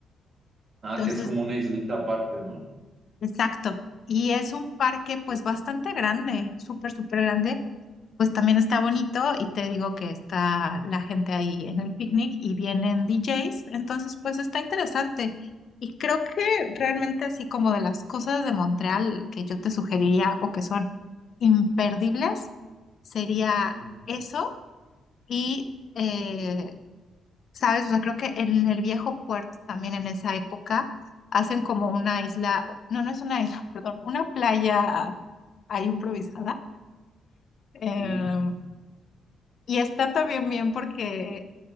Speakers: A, on the right (about 30°); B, on the left (about 40°).
A: ah,
B: Entonces,
A: que es como una islita aparte, ¿no?
B: Exacto. Y es un parque pues
A: Sí.
B: bastante grande, súper, súper grande. Pues también está bonito y te digo que está la gente ahí en el picnic y vienen DJs. Entonces pues está interesante. Y creo que
A: Ujú,
B: realmente así como de las cosas de Montreal que yo te sugeriría o que son imperdibles, sería
A: ujú,
B: eso y... eh, ¿Sabes? O sea, creo que en el viejo puerto también en esa época hacen como una isla, no, no es una isla, <laughs> perdón, una playa ahí improvisada. em,
A: ujú.
B: y está también bien porque